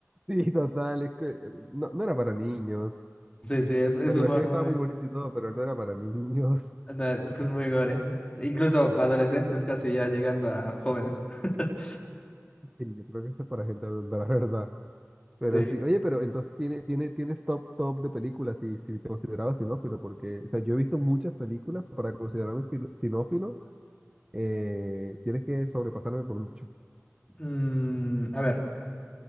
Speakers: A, on the right; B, on the left.
A: Sí, total, es que eh, no, no era para niños.
B: Sí, sí, es, es
A: La animación
B: humor muy...
A: estaba muy bonita y todo, pero no era para niños. <laughs>
B: no, es que es muy gore. Incluso adolescentes casi ya llegando a jóvenes. <laughs>
A: Sí, yo creo que esto es para gente adulta, la verdad. Pero
B: Sí.
A: sí, oye, pero entonces tiene, tiene, tienes top, top de películas si, si te considerabas sinófilo, porque, o sea, yo he visto muchas películas para considerarme filo- sinófilo, eh, tienes que sobrepasarme por mucho.
B: Mm, a ver.